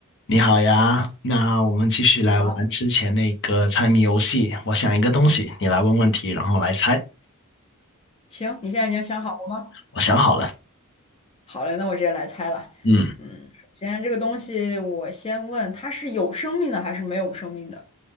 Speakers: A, on the left (about 55°); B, on the left (about 25°).
A: 你好呀，那我们继续来玩之前那个猜谜游戏。
B: 好，
A: 我想一个东西，你来问问题，然后来猜。
B: 行，你现在已经想好了吗？
A: 我想好了，
B: 好嘞，那我直接来猜了。
A: 嗯，
B: 嗯，首先这个东西，我先问它是有生命的还是没有生命的？